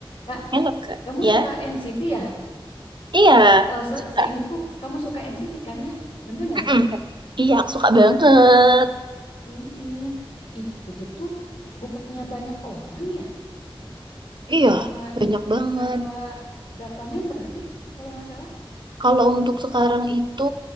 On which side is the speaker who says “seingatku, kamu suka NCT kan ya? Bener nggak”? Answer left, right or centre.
Left